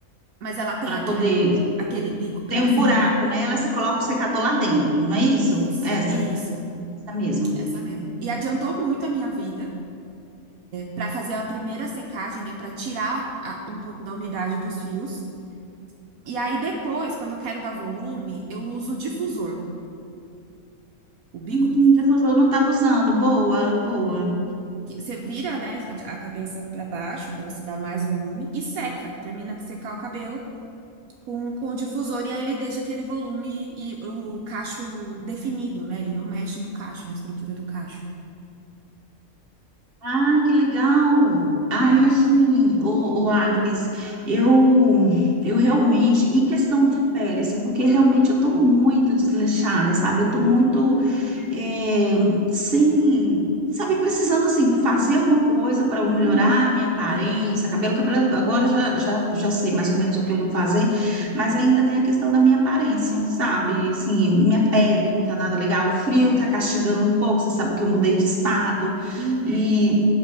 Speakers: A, on the right; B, on the right.
A: Mas ela tem
B: para
A: aquele,
B: poder
A: aquele bico pra
B: ter um
A: secador?
B: buraco nela, você coloca o secador lá dentro, não é isso?
A: Isso,
B: Essa,
A: isso.
B: essa mesmo.
A: Essa mesmo. E adiantou muito a minha vida para fazer a primeira secagem, né? para tirar a- um pouco da umidade dos fios. E aí depois, quando eu quero dar volume, eu uso o difusor, o bico
B: Hum,
A: difusor.
B: difusor eu não estava usando. Boa, boa.
A: Que Você vira, né, a a cabeça para baixo para você dar mais volume e seca. Termina de secar o cabelo. com, com o difusor e aí ele deixa aquele volume e o cacho definido, né? Ele não mexe no cacho, na estrutura do cacho.
B: Ai, que legal. Ai, assim, o, Agnes, eu, eu realmente, em questão de pele, assim, porque realmente eu tô muito desleixada, sabe? Eu tô muito
A: Uhum,
B: é, sem, sabe, precisando assim fazer alguma coisa para eu melhorar
A: uhum,
B: a minha aparência, cabelo, cabelo, agora eu já, já, já sei mais ou menos o que eu vou fazer, mas ainda tem a questão da minha aparência, sabe? Assim, minha pele não tá nada legal, o frio tá castigando um pouco, você sabe que eu mudei de estado
A: uhum.
B: e